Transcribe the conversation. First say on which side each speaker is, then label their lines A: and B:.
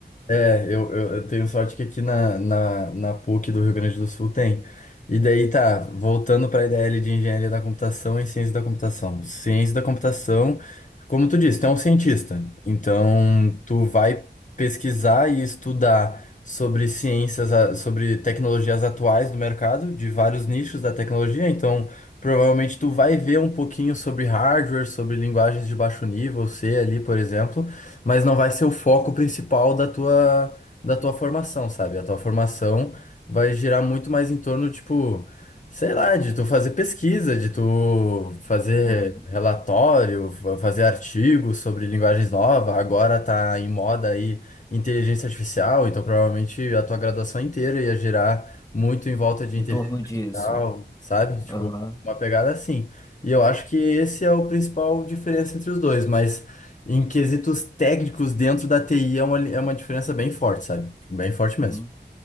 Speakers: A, on the left (about 45°); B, on the left (about 20°).
A: É, eu, eu, eu tenho sorte que aqui na, na, na PUC do Rio Grande do Sul tem. E daí tá, voltando para a IDL de Engenharia da Computação e Ciência da Computação. Ciência da Computação, como tu disse, tu é um cientista. Então, tu vai pesquisar e estudar sobre ciências, a- sobre tecnologias atuais do mercado, de vários nichos da tecnologia. Então, provavelmente tu vai ver um pouquinho sobre hardware, sobre linguagens de baixo nível, C ali, por exemplo mas não vai ser o foco principal da tua, da tua formação, sabe? A tua formação vai girar muito mais em torno, tipo, sei lá, de tu fazer pesquisa, de tu fazer
B: Uhum.
A: relatório, fa- fazer artigos sobre linguagens novas. Agora tá em moda aí inteligência artificial, então provavelmente a tua graduação inteira ia girar muito em volta de
B: Em
A: inteligência
B: torno disso.
A: artificial, sabe? Tipo,
B: Aham.
A: uma pegada assim. E eu acho que esse é o principal diferença entre os dois, mas em quesitos técnicos dentro da TI é uma, é uma diferença bem forte, sabe? Tipo, Bem forte
B: Uhum.
A: mesmo.